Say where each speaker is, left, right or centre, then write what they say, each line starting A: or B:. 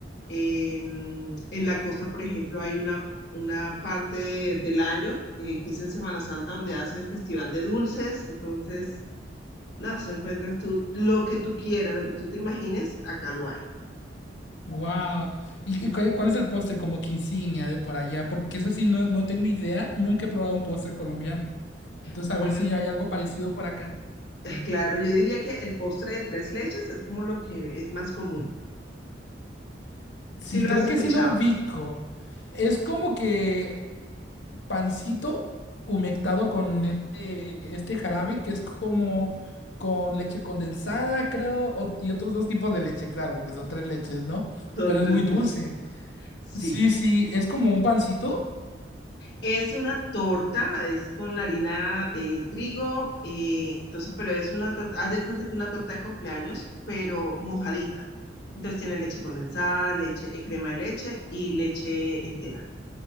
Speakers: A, on the left; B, on the left.
A: Eh, en la costa, por ejemplo, hay una, una parte de- del año, eh, que es en Semana Santa, donde hacen festival de dulces, entonces, nada, eso encuentras tú lo que tú quieras, lo que tú te imagines, acá lo hay.
B: Wow. ¿Y, y cuál, cuál es el postre como que insignia de por allá? Porque eso sí, no, no tengo idea, nunca he probado un postre colombiano. Entonces,
A: Bueno,
B: a ver si hay algo parecido por acá.
A: <laughs> Claro, yo diría que el postre de tres leches es como lo que es más común.
B: Sí,
A: Sí lo
B: creo
A: has escuchado,
B: que sí lo ubico. Es como que pancito humectado con este, este jarabe que es como con leche condensada, creo, o- y otros dos tipos de leche, claro, porque son tres leches, ¿no?
A: son
B: Pero
A: tres
B: es muy dulce.
A: leches. Sí,
B: Sí, sí, es como un pancito.
A: es una torta, es con harina de trigo, eh, entonces, pero es una torta, haz de cuenta tú una torta de cumpleaños, pero mojadita. Entonces tiene leche condensada, leche, eh, crema de leche y leche entera.